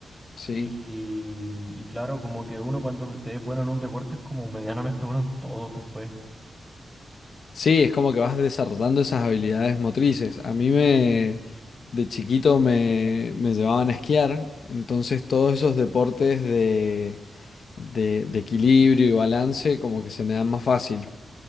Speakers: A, on the left (about 60°); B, in the centre.
A: sí.
B: y, y claro, como que uno cuando te- es bueno en un deporte es como medianamente bueno en todos después.
A: Sí, es como que vas desarrollando esas habilidades motrices. A mí me,
B: Sí,
A: de chiquito me, me llevaban a esquiar, entonces todos esos deportes de, de, de equilibrio y balance como que se me dan más fácil.